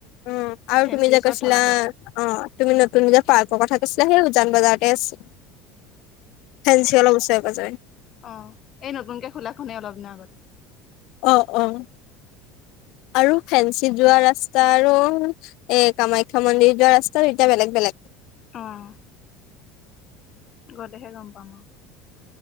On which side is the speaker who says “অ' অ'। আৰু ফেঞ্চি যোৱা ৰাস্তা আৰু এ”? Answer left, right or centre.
Left